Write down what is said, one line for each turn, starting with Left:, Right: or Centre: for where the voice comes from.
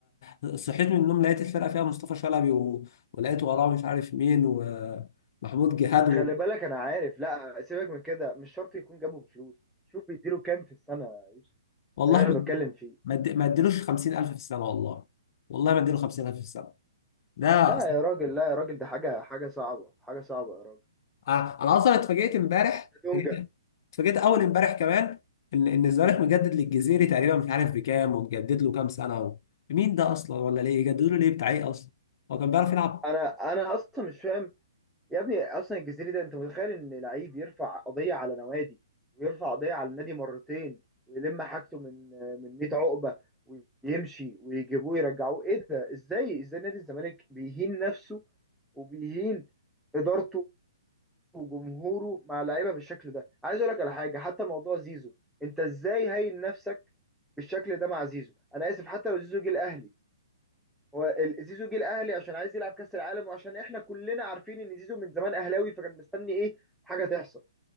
Left: فصحيت من النوم لقيت الفرقه فيها مصطفى شلبي و... ولقيت وراه مش عارف مين ومحمود جهاد
Centre: خلي
Left: و...
Centre: بالك انا عارف لا سيبك من كده مش شرط يكون جابه بفلوس شوف بيديله كام في السنة يا يوسف
Left: والله
Centre: ده اللي
Left: ما
Centre: انا بتكلم فيه
Left: ما اد- ما اديلوش 50000 في السنه والله والله ما اديله 50000 في السنه ده
Centre: لا
Left: أص-
Centre: يا راجل لا يا راجل ده حاجة حاجة صعبة حاجة صعبة يا راجل
Left: انا أنا اصلا اتفاجئت امبارح
Centre: ده دونجا
Left: اتفاجئت اتفاجئت اول امبارح كمان ان ان الزمالك مجدد للجزيري تقريبا مش عارف بكام ومجدد له كام سنه و... مين ده اصلا ولا ليه يجددوا له ليه بتاع ايه اصلا هو كان بيعرف يلعب
Centre: انا انا اصلا مش فاهم يا ابني اصلا الجزيري ده انت متخيل ان لعيب يرفع قضيه على نوادي ويرفع قضيه على النادي مرتين ويلم حاجته من من 100 عقبه ويمشي ويجيبوه يرجعوه ايه ده ازاي ازاي نادي الزمالك بيهين نفسه وبيهين ادارته وجمهوره مع اللعيبه بالشكل ده عايز اقول لك على حاجه حتى موضوع زيزو انت ازاي هين نفسك بالشكل ده مع زيزو انا اسف حتى لو زيزو جه الاهلي هو ال- زيزو جه الاهلي عشان عايز يلعب كاس العالم وعشان احنا كلنا عارفين ان زيزو من زمان اهلاوي فكان مستني ايه حاجه تحصل